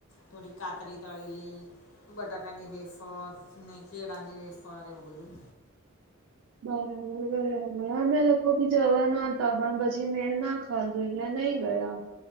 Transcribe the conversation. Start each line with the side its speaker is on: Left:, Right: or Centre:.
Left: થોડી કાતરી, તળેલી બટાકાની હેરફર ને તની વેફવર એઉ બધું.
Right: બરાબર બરાબર અમે લોકો ભી જવા ન હતા પણ પછી મેળ નાખ ખાંધુલિયા નહી ગયા.